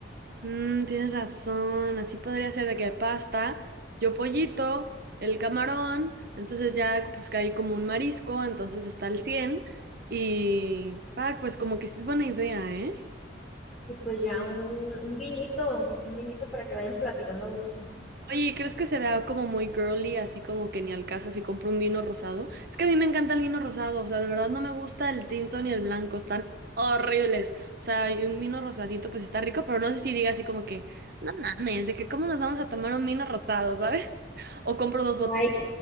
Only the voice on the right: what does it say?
Mm, tienes razón, así podría ser de que pasta, yo pollito, el camarón, entonces ya pues caí como un marisco, entonces está el 100 y, fuck, pues como que sí es buena idea, ¿eh?
Oye, ¿crees que se vea como muy girly, así como que ni al caso si compro un vino rosado? Es que a mí me encanta el vino rosado, o sea, de verdad no me gusta el tinto ni el blanco, están horribles. O sea, y un vino rosadito pues está rico, pero no sé si diga así como que, no mames, de que cómo nos vamos a tomar un vino rosado, ¿sabes? <laughs> O compro dos botellas.